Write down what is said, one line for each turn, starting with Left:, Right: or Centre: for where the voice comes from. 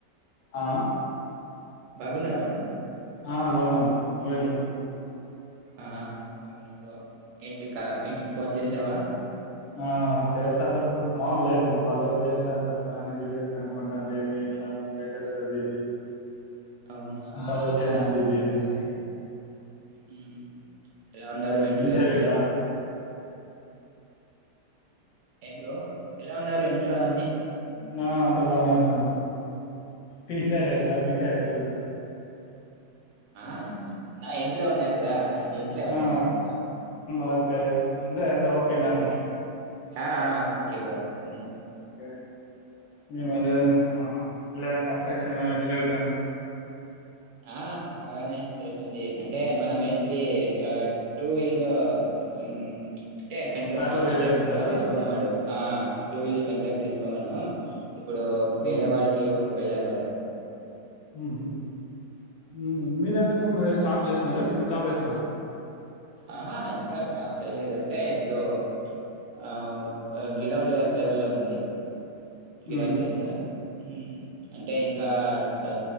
Left: ఆ
Right: బాగన్నా వండి
Left: ఆ బాగున్నా బ్రో నువ్వెట్లున్నావ్
Right: ఆ పవనా బ్రో ఇంట్లికా ఇంటికి ఫోన్ చేసావా
Left: ఆ చేస్తాంట బ్రో మాములు లేవు మా ఫాదర్ చేస్తాంటారు, ఆయన డెలివరీ అనుకుంటారు. ఏమి ఎట్లా స్టేటస్ అది ఇది
Right: అవునా!
Left: అంతా ఓకే నా ఇదీ అనంతే
Right: హ్మ్. ఎలా ఉన్నారు ఇంట్లో
Left: మీసైడ్
Right: అన్ని?
Left: ఎట్లా
Right: ఏం బ్రో ఎలా ఉన్నారు ఇంట్లో అన్ని
Left: నా అంతా బాగున్నారన్నోళ్ళు తీ
Right: అవునా!
Left: సారిట్లా మీ సైడెట్లున్నారు
Right: ఆ నా ఇంట్లో ఉన్నారు కదా ఇంట్లో ఉన్నా
Left: ఆ
Right: నేను.
Left: ఓకే అంటే అంతా ఓకేనా
Right: ఆ!
Left: అని
Right: ఆ ఆ ఓకే బ్రో అన్నీ
Left: ఓకే అదే అండి ఆహా ఇల్లు కన్స్ట్రక్షను ఎట్లా జరుగుతోంది
Right: ఆ బాగానే జరుగుతుంది అంటే మన మేస్త్రి ఆ టూ వీల్లో ఉమ్ చ్ అంటే కంట్రాక్
Left: ప్యారలల్గా
Right: కంట్రాక్ట్
Left: చేస్తున్నాడా
Right: తీసుకున్న వాడు ఆ టూ వీల్ కంట్రాక్ట్ తీసుకోమను ఇప్పుడు వేరే
Left: ఉమ్
Right: వాళ్ళకి వెళ్ళారువాడు
Left: ఉహు మీ ఎన్మిదివందల్ ఎం మ్మరి స్టాప్ చేసినారా ఎట్ల మరి టాప్ వేసినారా
Right: ఆహా ఇంకా స్టాప్స్ చేయలేదు అంటే ఇప్పుడు ఆ గిలావ లెవెల్ లో ఉంది గిలావ
Left: ఉమ్
Right: చేస్తున్నారు ఉమ్ అంటే ఇం ఒక ఆ